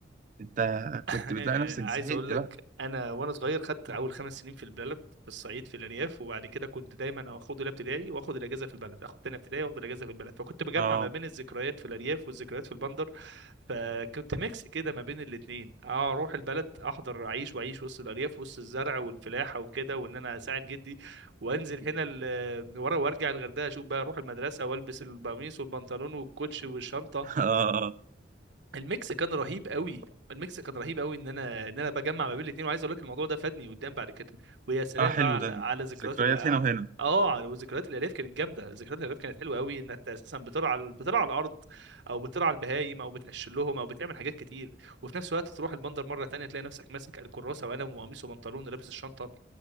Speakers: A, on the right; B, on the right.
A: انت كنت
B: <laughs>
A: بتلاقي نفسك
B: عايز
A: زهقت
B: اقول لك
A: بقى
B: انا وانا صغير خدت اول خمس سنين في البلد في الصعيد في الارياف وبعد كده كنت دايما اخد اولى ابتدائي واخد الاجازه في البلد اخد تانية ابتدائي واخد الاجازه في البلد فكنت بجمع
A: اه
B: ما بين الذكريات في الارياف والذكريات في البندر فكنت ميكس كده ما بين الاثنين اروح البلد احضر اعيش واعيش وسط الارياف وسط الزرع والفلاحه وكده وان انا اساعد جدي وانزل هنا ال- ورا وارجع الغردقه اشوف بقى اروح المدرسه والبس القميص والبنطلون والكوتش والشنطه
A: <laughs> اه اه
B: الميكس كان رهيب قوي الميكس كان رهيب قوي ان انا ان انا بجمع ما بين الاثنين وعايز اقول لك الموضوع ده فادني قدام بعد كده ويا سلام
A: آه، حلو
B: بقى على,
A: ده
B: على ذكريات
A: ذكريات
B: ال
A: هنا وهنا
B: اه على وذكريات الالياف كانت جامده ذكريات الالياف كانت حلوه قوي ان انت اساسا بترعى بترعى الارض او بترعى البهايم او بتقشر لهم او بتعمل حاجات كتير وفي نفس الوقت تروح البندر مره تانية تلاقي نفسك ماسك الكراسه وقلم وقميص وبنطلون ولابس الشنطه